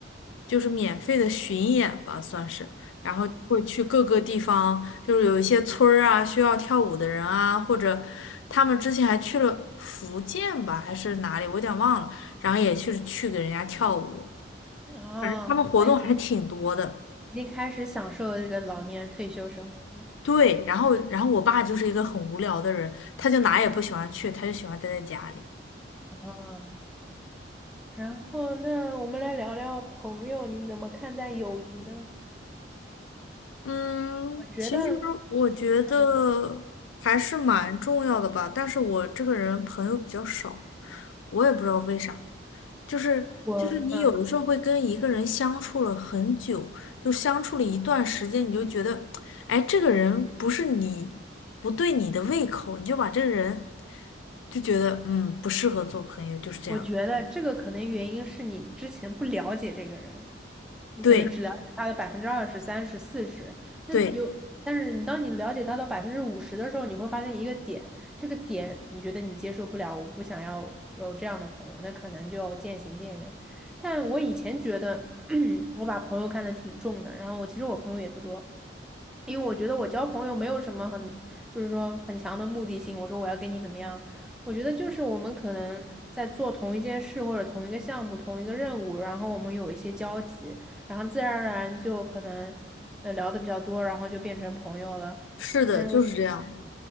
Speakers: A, on the left (about 80°); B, in the centre.
A: 就是免费的巡演吧，算是，然后会去各个地方，就是有一些村儿啊需要跳舞的人啊，或者他们之前还去了福建吧，还是哪里，我有点忘了，然后也去去给人家跳舞，
B: 啊。
A: 反正他们活动还挺多的。
B: 那已经已经开始享受这个老年退休生活了
A: 对，然后然后我爸就是一个很无聊的人，他就哪也不喜欢去，他就喜欢待在家里。
B: 啊。然后，那我们来聊聊朋友，你怎么看待友谊呢？
A: 嗯，
B: 我觉得，
A: 其实我觉得还是蛮重要的吧，
B: 嗯
A: 但是我这个人朋友比较少，我也不知道为啥，就是就是你有的时候会跟一个人相处了很久，
B: 我嗯，
A: 就相处了一段时间，你就觉得，哎，这个人不是你不对你的胃口，你就把这个人就觉得嗯不适合做朋友，就是这样。
B: 我觉得这个可能原因是你之前不了解这个人，你可能只了解他的百分之二十、
A: 对
B: 三十、四十，那有，
A: 对，
B: 但是你当你了解他的百分之五十的时候，你会发现一个点，这个点你觉得你接受不了，我不想要有这样的朋友，那可能就渐行渐远。但我以前觉得 <clears throat> 我把朋友看得挺重的，然后我其实我朋友也不多。因为我觉得我交朋友没有什么很，就是说很强的目的性。我说我要跟你怎么样？我觉得就是我们可能在做同一件事或者同一个项目、同一个任务，然后我们有一些交集，然后自然而然就可能呃聊的比较多，然后就变成朋友了。
A: 是的，
B: 嗯。
A: 就是这样。